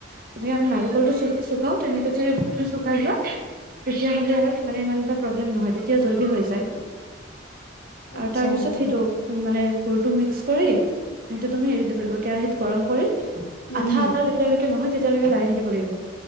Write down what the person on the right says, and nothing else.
তেনেকে আমি নাৰিকলটো চ চুকাও, তেনেকে যদি গুড়টো চুকাই লোৱা তেতিয়াহ'লে মানে ইমান এটা প্ৰব্লেম নহয়। তেতিয়া জল্দি হৈ যায়।
আৰু তাৰপিছত
সেইটো, মানে গুড়টো মিক্স কৰি সেইটো তুমি হেৰি দিব লাগিব, কেৰাহিত গৰম কৰি
আঠা-আঠা যেতিয়ালৈকে নহয় তেতিয়ালৈকে লাৰি থাকিব লাগিব।